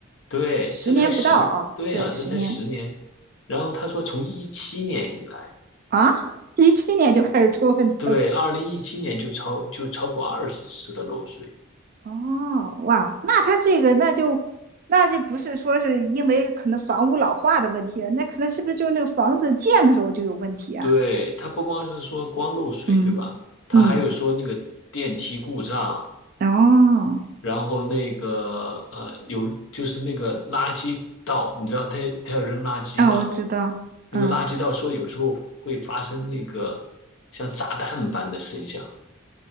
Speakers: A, on the left; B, on the right.
A: 对，
B: 十年不到啊，
A: 这才十，对呀，
B: 对，十年
A: 这才十年，然后他说从一七年以来，
B: 啊，一七年就开始出问题了。
A: 对，二零一七年就超就超过二十次的漏水，
B: 哦，哇，那他这个那就那就不是说是因为可能房屋老化的问题了那可能是不是就是那个房子建的时候就有问题啊？
A: 对，它不光是说光漏水，
B: 嗯
A: 对吧？它还有说那个电梯故障，
B: 嗯，哦，
A: 然后那个呃有就是那个垃圾道，你知道他他要扔垃圾嘛？
B: 啊，我知道，
A: 那个垃圾道说有时候会发生那个像炸弹般的声响。
B: 嗯，